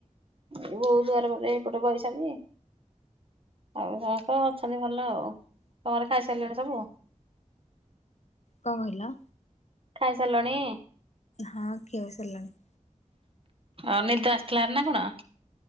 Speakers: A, on the right (about 45°); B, on the left (about 60°).
A: ବହୁ ଦୁଆର ମୁହଁରେ ଏଇପଟେ ବଇଛନ୍ତି, ଆଉ କ କଣ ଅଛନ୍ତି ଭଲ ଭଲ ଆଉ, ତମର ଖାଇସାରିଲଣି ସବୁ?
B: କଣ କହିଲ?
A: ଖାଇ ସାରିଲଣି?
B: ହଁ ଖିଆ ସିରଲାଣି।
A: ଅ ନିଦ୍ ଆସିଲାଣି ନା କଣ?